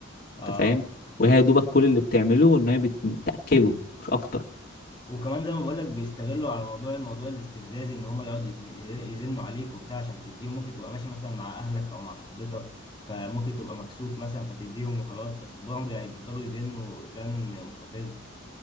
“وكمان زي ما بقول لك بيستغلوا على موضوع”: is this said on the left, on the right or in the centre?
Left